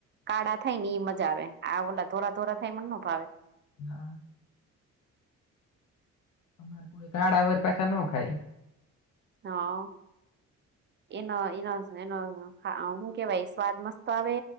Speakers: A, on the right; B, on the left.
A: કાળા થાય ને એ મજા આવે. આ ઓલા ધોરા ધોરા થાય મન નો ભાવે.
B: હા અમાર કોઈ કાળા વર પાછા નો ખાય.
A: હા એનો એનો એનો હઆ હું કહેવાય સ્વાદ મસ્ત આવે